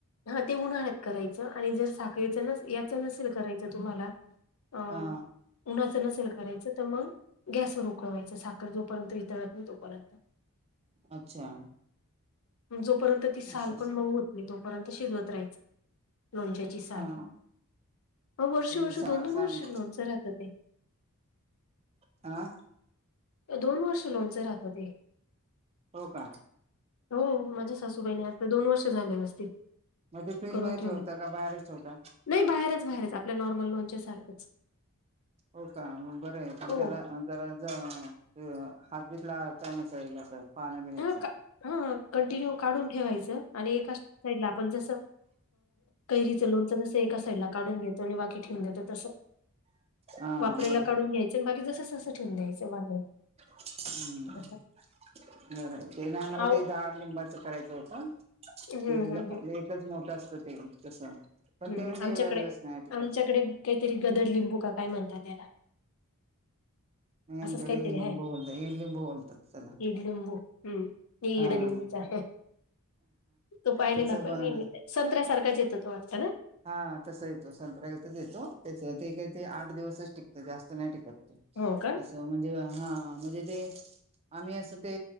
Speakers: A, on the left; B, on the right.
A: हा ते उन्हाळ्यात करायच आणि जर साखरीच नस याच नसेल करायच तुम्हाला. अ
B: हा
A: उन्हाच नसेल करायच तर मग. गॅसवर उकळवायच साखर जोपर्यंत वितळत नाही तोपर्यंत.
B: अच्छा
A: जोपर्यंत ती साल
B: असं
A: पण मऊ आणि तोपर्यंत शिजवत राहायच लोण. साल
B: हा
A: आहो वर्ष
B: त्याचे
A: वर्ष
B: सा
A: दोन दोन
B: सान
A: वर्ष लोनच राहत ते.
B: आ
A: दोन वर्ष लोनच राहतात ते.
B: हो का
A: हो माझ्या सासूबाईणी असता दोन वर्ष झाल्ये असतील.
B: मग ते फ्रीज
A: करून
B: मध्ये
A: ठेवलंय.
B: ठेवता का बाहेरच ठेवता.
A: नाही बाहेरच बाहेरच आपल्या नॉर्मल लोनच्या सारखच.
B: हो का मग बर ये पण
A: हो.
B: त्याला. जर ज हात बीतला काण्याचा येईल अस पाण्या बिण्याच.
A: हां, का हां, कंटिन्यू काढून ठेवायच आणि एका साईड ला आपण जस कैरी. च लोणच कस एका साइड ला काढून घेतो आणि बाकी ठेवून देतो तस.
B: हा
A: वापरायला
B: बरोबर
A: काढून घ्यायच आणि बाकी जस तस ठेवून द्यायच बांधून.
B: हम्म.
A: असं.
B: बर ते ना आम्हाला
A: अहो
B: ते जाड लिंबाच करायच होत ते.
A: हं, हं, हं,
B: तेच मोठ असत ते तस पण
A: हं,
B: ते
A: हं.
B: म्हणजे
A: आमच्याकडे
B: एवढा दिवस नाही टिकत.
A: आमच्याकडे काहीतरी गदडलिंबू का काय म्हणतात त्याला.
B: नाही
A: असच
B: आमच्याकडे
A: काहीतरी
B: ईड लिंबू
A: हाय
B: बोलत ईड लिंबू बोलतात त्याला
A: इड लिंबू हम्म. ई
B: हा
A: इडलिंबूचा. तो पाहिलेला
B: त्याच
A: ना
B: बन
A: प मी संत्र्यासारखाच येतो तो वाटता ना.
B: हा तस येतो संत्र्यागतच येतो. त्याच ते काही ते आठ दिवसच टिकत जास्त नाही टिकत ते.
A: हो का.
B: म्हणजे हा हा म्हणजे ते. आम्ही अस ते